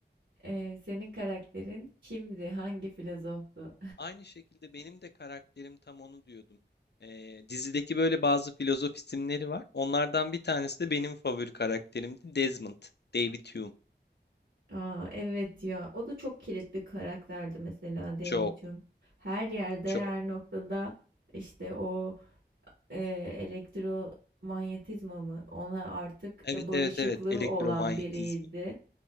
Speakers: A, on the right; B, on the left.
A: E, senin karakterin kimdi? Hangi filozoftu?
B: Aynı şekilde benim de karakterim tam onu diyordum. Ee, dizideki böyle bazı filozof isimleri var. Onlardan bir tanesi de benim favori karakterimdi. Desmond, David Hume.
A: Aa, evet ya. O da çok kilit bir karakterdi mesela Dave'cum.
B: Çok,
A: Her yerde,
B: çok.
A: her noktada işte o e, elektromanyetizma mı? Ona artık
B: Evet,
A: e, bağışıklığı
B: evet, evet. Elektromanyetizma.
A: olan biriydi.